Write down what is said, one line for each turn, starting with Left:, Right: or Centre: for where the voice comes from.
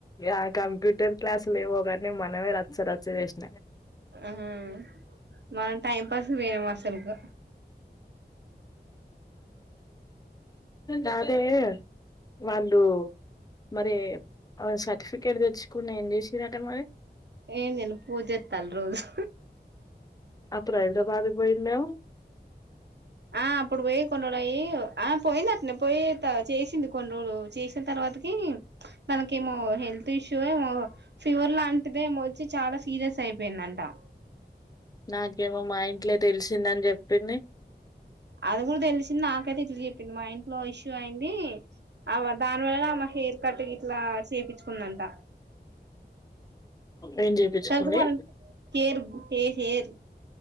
Left: ఆ కంప్యూటర్ క్లాసులు ఏమో గాని మనమే రచ్చ. చేసినా
Right: మ్మ్ మనం టైం పాస్కు పోయినం అసల్కు
Left: కాదే వాళ్ళు. మరి సర్టిఫికెట్ తెచ్చుకుని ఏం చేసిందట మరి
Right: ఏం జేయను పూజిత్తాలు రోజు.
Left: అప్పుడు హైదరాబాద్కి పోయిన్నవు.
Right: ఆ అప్పుడు పోయి కొన్ని రోలు అయ్యి ఆ పోయింది అట్నే పోయి త చేసింది కొన్ని రోలు చేసిన తర్వాతకి తనకేమో హెల్త్ ఇష్యూ ఏమో ఫీవర్ లాంటిదే ఏమో వచ్చి చాలా సీరియస్ అయిపోయింది. నంటా
Left: నాకేమో మా ఇంట్లో తెలిసిందని జేప్పింది.
Right: అది కూడా దెలిసింది నాకైతే ఇట్లు చెప్పింది మా ఇంట్లో ఇష్యూ అయింది అవ దానివల్ల హెయిర్ కట్ గిట్లా చేపించుకుందంట.
Left: ఏం జేపించుకుంది.
Right: తర్వాత వాళ్ళ హెయిర్ హే హెయిర్